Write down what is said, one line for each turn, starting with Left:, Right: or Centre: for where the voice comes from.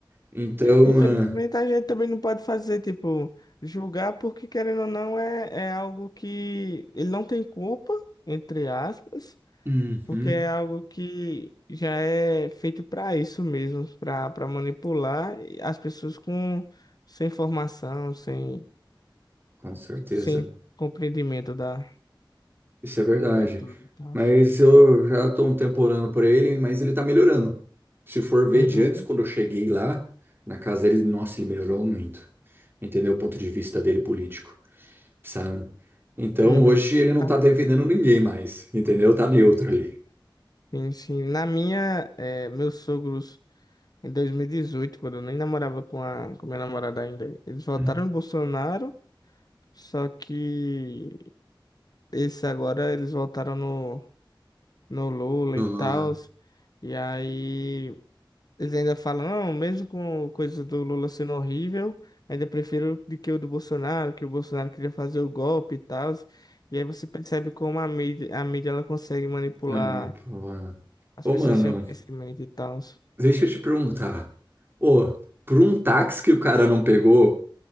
Right: Então,
Left: Infelizmente
Right: ah,
Left: a gente também não pode fazer, tipo, julgar porque querendo ou não é, é algo que ele não tem culpa, entre aspas.
Right: uhum,
Left: Porque é algo que já é feito para isso mesmo, para para manipular as pessoas com sem formação, sem
Right: com certeza.
Left: sem compreendimento da
Right: Isso é verdade.
Left: de tudo e tal.
Right: Mas eu já estou um tempo orando por ele, mas ele está melhorando. Se for ver
Left: Uhum,
Right: de antes, quando eu cheguei lá, na casa dele, nossa, ele melhorou muito. Entendeu? O ponto de vista dele político, sabe? Então
Left: uhum.
Right: hoje ele não
Left: Ah,
Right: está defendendo ninguém mais, entendeu? Tá neutro ali.
Left: Sim, sim. Na minha, eh, meus sogros em 2018, quando eu nem namorava com a com minha namorada ainda, eles votaram
Right: Hum.
Left: no Bolsonaro, só que esse agora eles votaram no no Lula
Right: O
Left: e
Right: Lula,
Left: tal. E aí Eles ainda falam, não, mesmo com coisa do Lula sendo horrível, ainda prefiro do que o do Bolsonaro, que o Bolsonaro queria fazer o golpe e tal. E aí você percebe como a mídia, a mídia ela consegue manipular
Right: manipula.
Left: as
Right: Ô,
Left: pessoas
Right: mano.
Left: sem o conhecimento e tal.
Right: Deixa eu te perguntar. Ô, por um táxi que o cara não pegou,